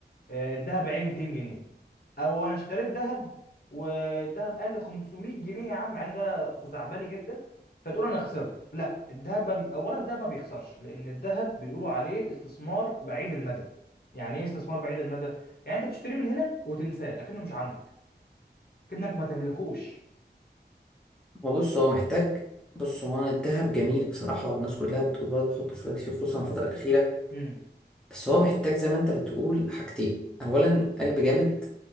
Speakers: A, on the left; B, in the centre.
A: آه، الذهب عالي 200 جنيه او انا اشتريت ذهب والذهب قل 500 جنيه يا عم مع ان ده خزعبلي جدا فتقول انا خسرت لا الذهب ما بي... اولا الذهب ما بيخسرش لان الذهب بيقولوا عليه استثمار بعيد المدى يعني ايه استثمار بعيد المدى يعني انت بتشتريه من هنا وتنساه اكنه مش عندك كأنك ما تملكوش
B: هو بص هو محتاج بص هو أنا الدهب جميل بصراحه والناس كلها بتقول برضه حط فلوسك فيه خصوصا الفتره الاخيره
A: امم
B: بس هو محتاج زي ما انت بتقول حاجتين اولا قلب جامد